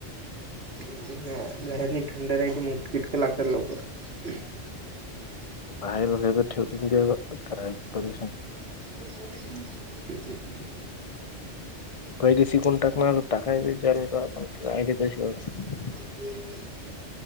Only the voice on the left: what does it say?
बाहेर हेज्या ठेचून देवं. <unintelligible>
पहिले शिकून टाकणार टाकायचा विचारलं का. <unintelligible>